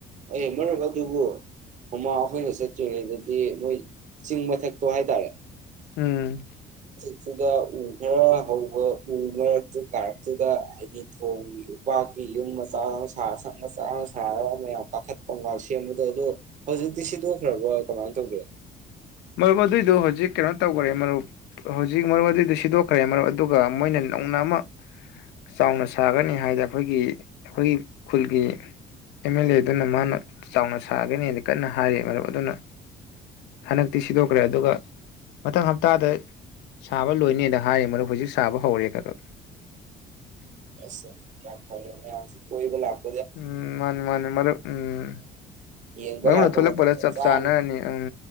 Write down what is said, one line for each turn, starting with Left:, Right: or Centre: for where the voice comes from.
Right: ꯑꯦ ꯃꯔꯝ ꯑꯗꯨꯕꯨ ꯃꯃꯥ ꯑꯩꯈꯣꯏꯅ ꯆꯠꯇ꯭ꯔꯤꯉꯩꯗꯗꯤ ꯃꯣꯏ ꯆꯤꯡ ꯃꯊꯛꯇꯣ ꯍꯥꯏꯇꯥꯔꯦ
Left: ꯎꯝ
Right: ꯑꯗꯨꯨꯗ ꯎ ꯈꯔ ꯍꯧꯕ ꯎ ꯃꯔꯛꯇꯨ ꯀꯥꯔꯛꯇꯨꯗ ꯍꯥꯏꯗꯤ ꯊꯣꯡꯒꯤ ꯎꯄꯥꯛꯀꯤ ꯌꯨꯝ ꯃꯆꯥ ꯁꯥꯔ ꯃꯆꯥ ꯁꯥꯔꯒ ꯃꯌꯥꯝ ꯀꯥꯈꯠꯄ ꯉ ꯁꯦꯝꯕꯗꯣ ꯑꯗꯣ ꯍꯧꯖꯤꯛꯇꯤ ꯁꯤꯗꯣꯛꯈ꯭ꯔꯕ ꯀꯃꯥꯏꯅ ꯇꯧꯒꯦ
Left: ꯃꯔꯨꯞ ꯑꯗꯨꯏꯗꯨ ꯍꯧꯖꯤꯛ ꯀꯩꯅꯣ ꯇꯧꯈ꯭ꯔꯦ ꯃꯔꯨꯞ ꯍꯧꯖꯤꯛ ꯃꯔꯨꯞ ꯑꯗꯨꯏꯗꯨꯣ ꯁꯤꯗꯣꯛꯈ꯭ꯔꯦ ꯃꯔꯨꯞ ꯑꯗꯨꯒ ꯃꯣꯏꯅ ꯅꯧꯅ ꯑꯃ ꯆꯥꯎꯅ ꯁꯥꯒꯅꯤ ꯍꯥꯏꯗꯅ ꯑꯩꯈꯣꯏꯒꯤ ꯑꯩꯈꯣꯏꯒꯤ ꯈꯨꯜꯒꯤ ꯑꯦꯝ ꯑꯦꯜ ꯑꯦ ꯑꯗꯨꯅ ꯃꯥꯅ ꯆꯥꯎꯅ ꯁꯥꯒꯅꯤꯅ ꯀꯟꯅ ꯍꯥꯏꯔ ꯃꯔꯨꯞ ꯑꯗꯨꯅ ꯍꯟꯗꯛꯇꯤ ꯁꯤꯗꯣꯛꯈ꯭ꯔꯦ ꯑꯗꯨꯒ ꯃꯊꯪ ꯍꯞꯇꯥꯗ ꯁꯥꯕ ꯂꯣꯏꯅꯦꯅ ꯍꯥꯏꯔꯦ ꯃꯗꯨ ꯍꯧꯖꯤꯛ ꯁꯥꯕ ꯍꯧꯔꯦ ꯈ ꯈꯛ
Right: ꯎꯁ ꯌꯥꯝ ꯐꯥꯔꯦꯅꯦ ꯀꯣꯏꯕ ꯂꯛꯄ
Left: ꯎꯝ ꯃꯥꯅꯤ ꯃꯥꯅꯤ ꯃꯔꯨꯞ ꯎꯝ
Right: ꯌꯦꯡꯕ
Left: ꯃꯔꯨꯅ
Right: ꯂꯥꯛꯄ
Left: ꯊꯣꯛꯂꯛꯄꯗ
Right: ꯃꯇꯝ
Left: ꯆꯞ
Right: ꯆꯥꯔꯅꯤ
Left: ꯆꯥꯟꯅꯔꯅꯤ ꯎꯝ